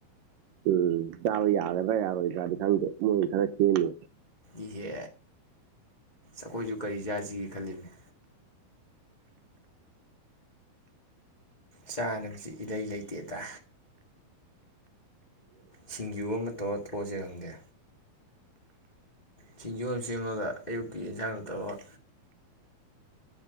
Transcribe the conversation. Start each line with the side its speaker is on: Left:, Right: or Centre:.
Right: ꯎꯝ ꯆꯥꯕ ꯌꯥꯒ꯭ꯔ ꯗ꯭ꯔ ꯌꯥꯔꯣꯏꯗ꯭ꯔꯗꯤ ꯈꯪꯗꯦ ꯃꯣꯏ ꯈꯔ ꯁꯦꯝꯃꯤ
Left: ꯏꯍꯦ ꯑꯈꯣꯏꯁꯨ ꯀꯔꯤ ꯆꯥꯁꯤꯒꯦ ꯈꯜꯂꯤꯕꯅꯤ ꯆꯥꯅꯕꯁꯤ ꯏꯂꯩ ꯂꯩꯇꯦꯗ ꯁꯤꯡꯖꯨ ꯑꯃ ꯇꯧꯔ ꯊꯣꯛꯑꯁꯤꯔ ꯈꯪꯗꯦ ꯁꯤꯡꯖꯨ ꯑꯃ ꯁꯦꯝꯃꯒ ꯑꯌꯨꯛꯀꯤ ꯌꯦꯟꯁꯥꯡꯗꯨ ꯇꯧꯔ